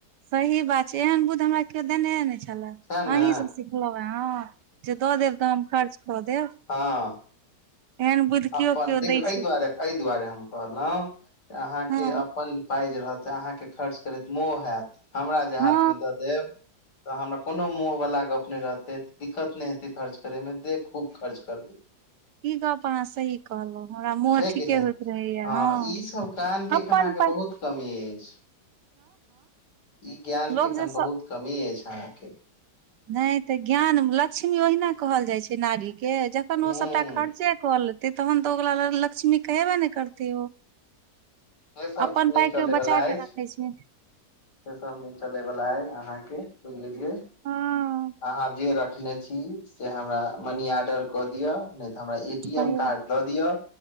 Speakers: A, on the right; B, on the left.
A: सही बात छैय एहन बुइध हमरा केओ देनेहे नैय छला
B: सएह ने
A: अहीं सँ सिखलो हैं हँ जे दऽ देब तऽ हम खर्च कऽ देब।
B: हाँ।
A: एहन बुद्धि
B: अपन
A: केओ केओ
B: देखीयो
A: दै
B: अइ
A: छै
B: दुआरे अइ दु दुआरे हम कहलों अहाँ
A: हँ
B: के अपन पाय जे रहत अहाँ के खर्च करैत मोह हैत। हमरा जे हाथ
A: हँ
B: में दऽ देब तऽ हमर कोनो मोह वला गप नैय रहतै दिक्कत नैय हेतैय खर्च करैय मे दे खूब खर्च करबैय।
A: इ गप्प अहाँ सही कहलोअ हमरा मोह
B: छै
A: ठीकै
B: कि नहि
A: होइत रहैया हँ
B: ई सब ज्ञान के एखन
A: अपन
B: अहाँके
A: पाय
B: बहुत कमी अछि इ ज्ञान
A: लोक
B: के एखन
A: जे
B: बहुत कमी अछि अहाँके।
A: नैय त ज्ञान लक्ष्मी ओहिना कहल जाइ छैय नारी के जखन
B: ह
A: ओ सबटा खर्चे क ले तहन तऽ ओकरा लग लक्ष्मी कैहबै नैय करतिय ओ।
B: से सब
A: अपन
B: नहि
A: पाय
B: चले
A: के
B: वाला
A: बचा के
B: अछि
A: राखैय छैय।
B: से सब नय चलैय बलाऐय अहाँके बुझ लेलियै
A: हँ
B: अहाँ जे रखने छी से हमरा मनी आर्डर कऽ दिअ नय त हमरा ए- टी-
A: सही
B: एम कार्ड
A: बात
B: द दियअ